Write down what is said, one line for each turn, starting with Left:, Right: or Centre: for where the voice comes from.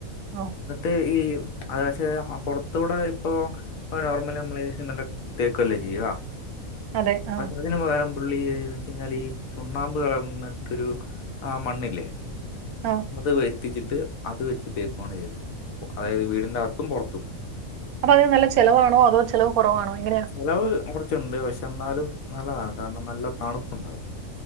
Right: ആ
Left: ക്ഷെ പൊറത്ത കൂടെ ഇപ്പൊ നോർമല നമ്മള് ഈ സിമെന്റ് തേക്കുവല്ലേ ചെയ്യ <unintelligible>
Right: അതെ ആ
Left: തിന്ു പകരം ുള്ളിന്ന് വെച്ചച്ച് കഴിഞ്ഞാൽ ഈ ചുണ്ണാമ്പ് കളർന്നിട്ടൊരു ആ മണ്ണില്ലേ
Right: ആ
Left: അത് വരുത്തിച്ചിട്ട് അത് വെച്ച് തേക്കുകയാണ് ചെയ്തത് അതായത് വീടിന്റെ അകത്തും പുറത്തും
Right: അപ്പൊ അതിന് നല്ല ചെിലവാണോ അതോ ചെിലവ് കുറവാണോ എങ്ങനെയാ
Left: ചെിലവ് കുറച്ചുണ്ട് പക്ഷെ എന്നാലും നല്ലതാണ് കാരണം നല്ല തണുപ്പുണ്ടാവും